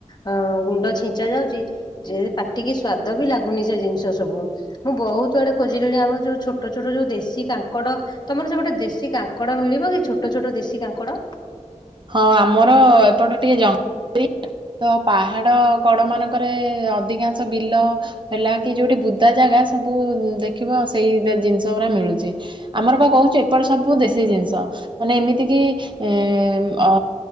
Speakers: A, on the left; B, on the right.
A: ଅ ଗୁଣ୍ଡ ଛିଞ୍ଚା ଯାଉଚି ଯେ ପାଟିକି ସ୍ଵାଦ ବି ଲାଗୁନି ସେ ଜିନିଷ ସବୁ। ମୁଁ ବହୁତ୍ ଆଡେ ଖୋଜିଲି ଆମ ଯୋଉ ଛୋଟ ଛୋଟ ଯୋଉ ଦେଶୀ କାଙ୍କଡ ତମର ସେପଟେ ଦେଶୀ କାଙ୍କଡ ମିଳିବ କି ଛୋଟ ଛୋଟ ଦେଶୀ କାଙ୍କଡ?
B: ହଁ ଆମର ଏପଟେ ଟିକେ ଜ ତ ପାହାଡ଼ କଡ଼ ମାନଙ୍କରେ ଅଧିକାଂଶ ବିଲ ହେଲା କି ଯୋଉଠି ବୁଦା ଜାଗା ସବୁ ଦେଖିବ ସେଇ ଦା ଜିନିଷ ପୁରା ମିଳୁଛି। ଆମର ବା କହୁଛି ଏପଟେ ସବୁ ଦେଶୀ ଜିନିଷ। ମାନେ ଏମିତି କିି ଏ ଅ